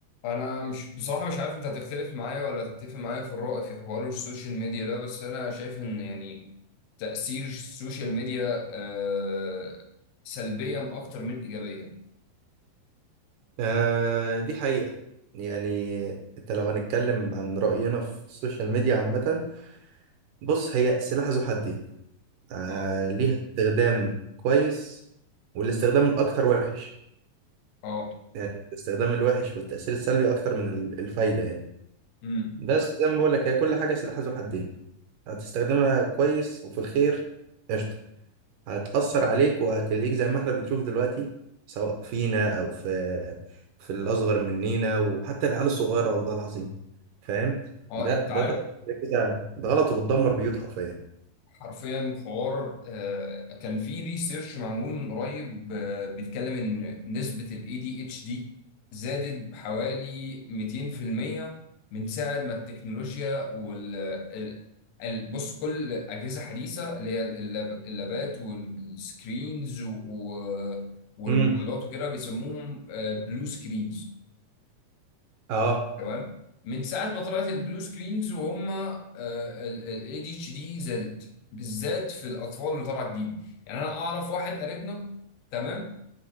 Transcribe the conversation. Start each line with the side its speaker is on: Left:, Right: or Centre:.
Left: انا مش بصراحه مش عارف انت هتختلف معايا ولا هتتفق معايا في الرأي في حوار السوشيال ميديا ده بس انا شايف ان يعني تأثير السوشيال ميديا آه سلبيا اكتر من ايجابيا
Right: آه دي حقيقة يعني انت لو هنتكلم عن رأينا في السوشيال ميديا عامة بص هي سلاح ذو حدين آه
Left: اه
Right: ليها استخدام كويس والاستخدام الأكتر وحش
Left: اه
Right: يعني الاستخدام الوحش والتأثير السلبي أكتر من ال- الفايدة يعني
Left: امم
Right: بس زي ما بقولك هي كل حاجة سلاح ذو حدين هتستخدمها كويس وفي الخير قشطة هتأثر عليك وهتلهيك زي ما احنا بنشوف دلوقتي سواء فينا أو في في الأصغر مننا وحتى العيال الصغيرة والله العظيم فاهم
Left: اه
Right: ده
Left: انت
Right: ده
Left: عارف
Right: طب ده كده ده غلط وبتدمر بيوت حرفيا
Left: حرفيا حوار آه، كان في ريسيرش معمول من قريب آه، بيتكلم ان نسبة ال ADHD زادت بحوالي 200% من ساعة ما التكنولوجيا وال ال- ال- بص كل أجهزة حديثة اللي هي اللاب- اللابات والسكرينز و- والموبايلات
Right: امم
Left: وكده بيسموهم بلو سكرينز
Right: اه
Left: تمام من ساعه ما طلعت البلو سكرينز وهم الاي دي اتش دي زادت بالذات في الاطفال اللي طالعه جديد يعني انا اعرف واحد قريبنا تمام